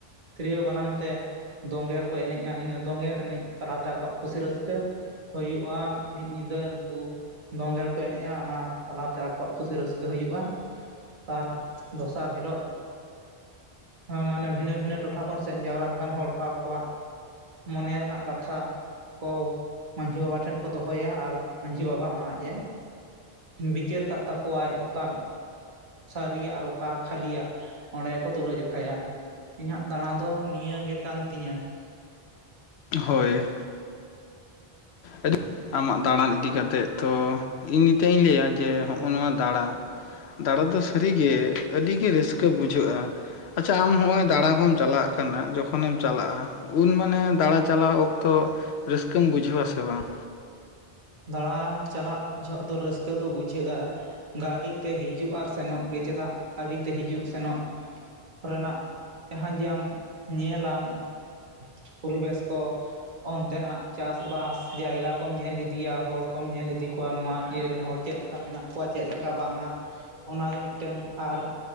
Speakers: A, on the right; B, on the left.
A: ᱛᱤᱨᱤᱭᱳ ᱵᱟᱱᱟᱢ ᱛᱮ ᱫᱚᱝᱜᱮᱲ ᱠᱚ ᱮᱱᱮᱡᱼᱟ ᱤᱱᱟᱹ ᱫᱚᱝᱜᱮᱲ ᱮᱱᱮᱡ ᱛᱟᱞᱟᱛᱮ ᱟᱠᱚᱣᱟᱜ ᱠᱷᱩᱥᱤ ᱨᱟᱹᱥᱠᱟᱹ ᱾ ᱦᱩᱭᱩᱜᱼᱟ ᱢᱤᱫ ᱧᱤᱫᱟᱹ ᱩᱱᱠᱩ ᱫᱚᱝᱜᱮᱲ ᱠᱚ ᱮᱱᱮᱡᱼᱟ ᱚᱱᱟ ᱛᱟᱞᱟᱛᱮ ᱟᱠᱚᱣᱟᱜ ᱠᱷᱩᱥᱤ ᱨᱟᱹᱥᱠᱟᱹ ᱦᱩᱭᱩᱜᱼᱟ ᱾ ᱛᱟᱨ ᱫᱚᱥᱟᱨ ᱦᱤᱞᱳᱜ ᱢᱟᱱᱮ ᱵᱷᱤᱱᱟᱹ ᱵᱷᱤᱱᱟᱹ ᱴᱚᱴᱷᱟ ᱠᱷᱚᱱ ᱥᱮᱱ ᱡᱟᱣᱨᱟ ᱦᱟᱠᱟᱱ ᱦᱚᱲ ᱠᱚ ᱟᱠᱚᱣᱟᱜ ᱢᱚᱱᱮ ᱨᱮᱱᱟᱜ ᱠᱟᱛᱷᱟ ᱾ ᱠᱚ ᱢᱟᱺᱡᱷᱤ ᱵᱟᱵᱟ ᱴᱷᱮᱱ ᱠᱚ ᱫᱚᱦᱚᱭᱟ ᱟᱨ ᱢᱟᱺᱡᱷᱤ ᱵᱟᱵᱟ ᱦᱚᱸ ᱚᱱᱟ ᱟᱡᱼ ᱮ ᱵᱤᱪᱟᱹᱨ ᱠᱟᱜ ᱛᱟᱠᱚᱣᱟᱭ ᱚᱠᱟᱱ ᱥᱟᱹᱨᱤᱭᱟᱜ ᱟᱨ ᱚᱠᱟ ᱠᱷᱟᱹᱞᱤᱭᱟᱜ ᱚᱸᱰᱮ ᱜᱮ ᱠᱚ ᱛᱩᱞᱟᱹ ᱡᱚᱠᱷᱟᱭᱟ ᱾ ᱤᱧᱟᱹᱜ ᱫᱟᱬᱟ ᱫᱚ ᱱᱤᱭᱟᱹ ᱜᱮ ᱠᱟᱱ ᱛᱤᱧᱟᱹ ᱾
B: ᱦᱳᱭ, <inaudible> ᱟᱢᱟᱜ ᱫᱟᱬᱟᱱ ᱤᱫᱤ ᱠᱟᱛᱮᱫ ᱛᱚ ᱤᱧ ᱱᱤᱛᱚᱜ ᱤᱧ ᱞᱟᱹᱭᱟ ᱡᱮ ᱦᱚᱜᱼ ᱱᱚᱣᱟ ᱫᱟᱬᱟ ᱫᱟᱬᱟ ᱫᱚ ᱥᱟᱹᱨᱤᱜᱮ ᱟᱹᱰᱤᱜᱮ ᱨᱟᱹᱥᱠᱟᱹ ᱵᱩᱡᱷᱟᱹᱜᱼᱟ ᱾ ᱟᱪᱪᱷᱟ ᱟᱢ ᱦᱚᱸᱜᱼᱚᱭ ᱫᱟᱬᱟ ᱦᱚᱢ ᱪᱟᱞᱟᱜ ᱠᱟᱱᱟ ᱡᱚᱠᱷᱚᱱᱮᱢ ᱪᱟᱞᱟᱜᱼᱟ ᱾ ᱩᱱ ᱢᱟᱱᱮ ᱫᱟᱬᱟ ᱪᱟᱞᱟ ᱚᱠᱛᱚ ᱨᱟᱹᱥᱠᱟᱹᱢ ᱵᱩᱡᱷᱟᱹᱣᱟ ᱥᱮ ᱵᱟᱝ?
A: ᱫᱟᱬᱟ ᱪᱟᱞᱟᱜ ᱡᱚᱦᱚᱜ ᱫᱚ ᱨᱟᱹᱥᱠᱟᱹ ᱫᱚ ᱵᱩᱡᱷᱟᱹᱜᱼᱟ ᱾ ᱜᱟᱹᱰᱤᱛᱮ ᱦᱤᱡᱩᱜ ᱟᱨ ᱥᱮᱱᱚᱜ ᱜᱮ ᱪᱮᱫᱟᱜ ᱜᱟᱹᱰᱤᱛᱮ ᱦᱤᱡᱩᱜ ᱥᱮᱱᱚᱜ? ᱨᱮᱱᱟᱜ ᱡᱟᱦᱟᱸ ᱡᱮ ᱟᱢ ᱧᱮᱞᱟᱢ ᱾ ᱯᱚᱨᱤᱵᱮᱥ ᱠᱚ ᱚᱱᱛᱮᱱᱟᱜ ᱪᱟᱥᱵᱟᱥ ᱡᱟᱭᱜᱟ ᱠᱚᱢ ᱧᱮᱞ ᱤᱫᱤ ᱛᱤᱭᱟ ᱦᱚᱲ ᱠᱚᱢ ᱧᱮᱞ ᱤᱫᱤ ᱠᱚᱣᱟ ᱱᱚᱣᱟ ᱤᱭᱟᱹ ᱨᱮᱱ ᱦᱚᱲ ᱪᱮᱫ ᱞᱮᱠᱟ ᱢᱮᱱᱟᱜ ᱠᱚᱣᱟ ᱪᱮᱫ ᱞᱮᱠᱟ ᱵᱟᱝᱼᱟ ᱾ ᱚᱱᱟᱜᱮ ᱢᱤᱫᱴᱟᱹᱝ ᱟᱨ